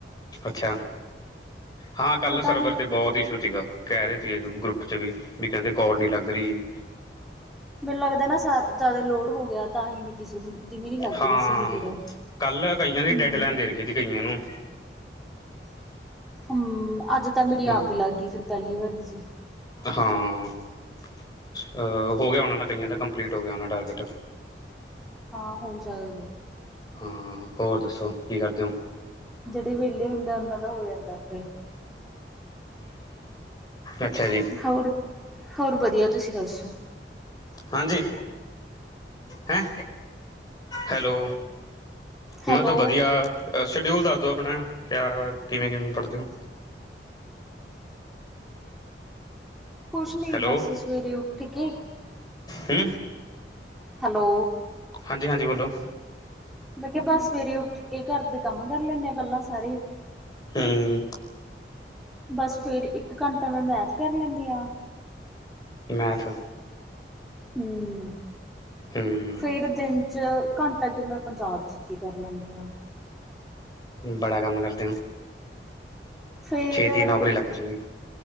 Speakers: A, on the left; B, in the centre.
A: ਅੱਛਾ ਹਾਂ ਕੱਲ,
B: ਪਤਾ
A: ਸਰਵਰ
B: ਨੀ
A: ਤੇ ਬਹੁਤ ਇਸ਼ੂ ਸੀਗਾ, ਕਹਿ ਰਹੇ ਸੀ। ਗਰੁੱਪ ਚ ਵੀ ਕਹਿੰਦੇ, ਕੌੜੀ, ਨੀ ਲੱਗ ਰਹੀ,
B: ਮੈਨੂੰ ਲੱਗਦਾ ਨਾ, ਸ ਜਿਆਦਾ ਲੋਡ ਹੋ ਗਿਆ। ਤਾਂ ਹੀ ਨੀ ਕਿਸੇ ਨੂੰ ਦੀ ਵੀ ਨੀ ਲੱਗ
A: ਹਾਂ
B: ਰਹੀ ਸੀਗੀ ਫਿਰ
A: ਕੱਲ, ਕਈਆਂ
B: ਹਮ
A: ਦੀ ਡੈਡ ਲੈਨ ਦੇ ਰਖੀ ਸੀ ਕਈਆਂ ਨੂੰ।
B: ਹਮ, ਅੱਜ ਤਾਂ ਮੇਰੀ
A: ਹਮ
B: ਆਪ ਹੀ, ਲੱਗ ਗਈ ਫਿਰ ਪਹਿਲੀ ਵਾਰੀ ਜੀ,
A: ਹਾਂ ਅ ਹੋ ਗਿਆ, ਉਹਨਾਂ ਦਾ ਕਈਆਂ ਦਾ ਕੰਪਲੀਟ ਹੋ ਗਿਆ, ਉਹਨਾਂ ਦਾ ਟਾਰਗੇਟ।
B: ਹਾਂ ਹੋ ਚੱਲ
A: ਹਾਂ। ਹੋਰ ਦੱਸੋ, ਕੀ ਕਰਦੇ ਓ?
B: ਜਿਹੜੇ, ਵਿਹਲੇ ਹੁੰਦੇ, ਉਹਨਾਂ ਦਾ ਹੋ ਜਾਂਦਾ ਫਿਰ
A: ਅੱਛਾ ਜੀ‌।
B: ਹੋਰ -ਹੋਰ ਵਧੀਆ ਤੁਸੀਂ ਦੱਸੋ?
A: ਹਾਂਜੀ, ਹੈਂ, ਹੈਲੋ। ਮੈਂ
B: ਹੈਲੋ
A: ਤਾਂ ਵਧੀਆ, ਸ਼ਡਿਊਲ ਦੱਸਦੋ ਆਪਣਾ ਕਿਆ ਕਿਵੇਂ -ਕਿਵੇਂ ਪੜ੍ਹਦੇ ਹੋ?
B: ਕੁਛ ਨੀ,
A: ਹੈਲੋ
B: ਬੱਸ ਸਵੇਰੇ ਉੱਠ ਕੇ
A: ਹੂੰ
B: ਹੈਲੋ।
A: ਹਾਂਜੀ- ਹਾਂਜੀ ਬੋਲੋ?
B: ਮੈਂ ਕਿਹਾ, ਬਸ ਸਵੇਰੇ ਉੱਠ ਕੇ ਘਰ ਦੇ ਕੰਮ, ਕਰ ਲੈਨੇ ਆ ਪਹਿਲਾਂ ਸਾਰੇ।
A: ਹੂੰ,
B: ਬਸ ਫੇਰ, ਇੱਕ ਘੰਟਾ ਮੈਂ ਮੈਥ ਕਰ ਲੈਂਨੀ ਆ।
A: ਮੈਥ।
B: ਹੂੰ
A: ਹੂੰ
B: ਫੇਰ, ਦਿਨ ਚ ਘੰਟਾ ਕਿਵੇਂ ਪੰਜਾਬ ਤੁਸੀਂ ਕੀ ਕਰ ਲੈਂਦੇ ਹੋ?
A: ਬੜਾ ਕੰਮ ਕਰਦੇ ਹੋ।
B: ਫੇਰ,
A: ਛੇਤੀ ਨੌਕਰੀ ਲੱਗ ਜੂਗੀ